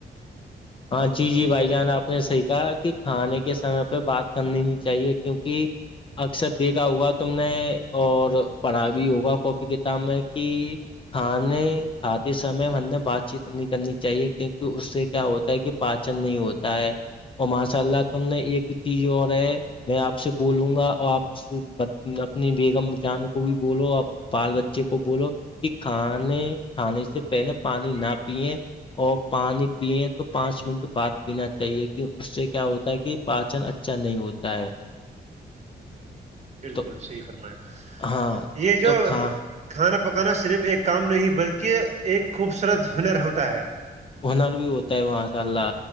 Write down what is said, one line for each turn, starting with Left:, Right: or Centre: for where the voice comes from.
Left: ہاں جی جی بھائی جان آپ نے صحیح کہا کہ کھانے کے سمے پہ بات کرنی نہیں چاہیے کیونکہ اکثر دیکھا ہوگا تم نے اور پڑھا بھی ہوگا کاپی کتاب میں کہ کھانے کھاتے سمے ہم نے بات چیت نہیں کرنی چاہیے کیونکہ اس سے کیا ہوتا کہ پاچن نہیں ہوتا ہے اور ماشاء اللہ تم نے ایک چیز اور ہے میں آپ سے بولوں گا اور آپ اپنی بیگم جان کو بھی بولو بال بچے کو بولو کہ کھانے کھانے سے پہلے پانی نہ پیے اور پانی پییں تو پانچ منٹ بعد پینا چاہیے کہ اس سے کیا ہوتا ہے کہ پاچن اچھا نہیں ہوتا ہے
Right: بالکل
Left: تو
Right: صحیح فرمایا
Left: ہاں
Right: یہ جو
Left: تو کھا
Right: کھانا پکانا صرف ایک کام نہیں بلکہ ایک خوبصورت ہنر ہوتا ہے
Left: ہنر بھی ہوتا ہے ماشاء اللہ